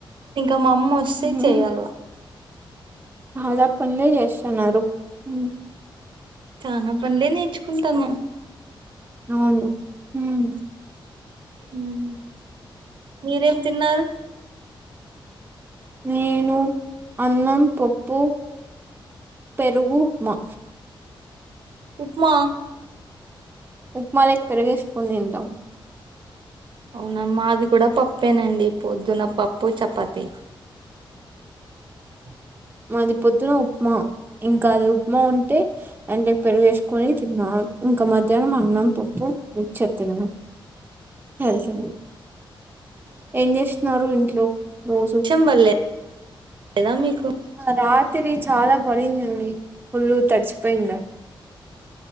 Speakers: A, on the right; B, on the right.
A: ఇంకా మా అమ్మ వస్తే
B: ఉహు
A: చెయాల
B: చాలా పనులే చేస్తున్నారు మ్
A: చానా పన్లులే నేర్చుకుంటాను
B: అవును హ్మ్
A: మ్ మీరేం తిన్నారు
B: నేను అన్నం పప్పు పెరుగు ఉప్మా
A: ఉప్మా
B: ఉప్మాలె పెరిగేసుకొని తింటాం
A: అవునా మాది కూడా పప్పేనండి పొద్దున్న పప్పు చపాతి మ్
B: మాది పొద్దున ఉప్మా ఇంకా అది ఉప్మా ఉంటే అంటే పెరుగేసుకొని తిన్నాను ఇంకా మధ్యాహ్నం అన్నం పప్పు చ తిన్నాను తెలిసింది ఏం చేస్తున్నారు ఇంట్లో రోజు
A: ర్షం పడ్లే లేదా మీకు
B: రాత్రి చాలా పడిందండి పుల్లుగ తడిచిపోయిండ